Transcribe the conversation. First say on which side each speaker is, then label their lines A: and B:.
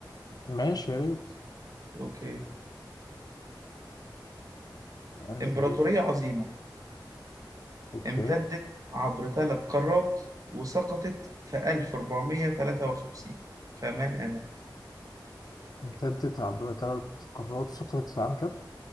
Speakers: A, on the left (about 55°); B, on the right (about 45°).
A: ماشي يا ريت
B: اوكي
A: أنهي
B: امبراطورية
A: تاريخ
B: عظيمة
A: اوكي
B: امتدت عبر ثلاث قارات وسقطت في 1453 فمن أنا
A: امتدت عبر ثلاث قارات سقطت في عام كام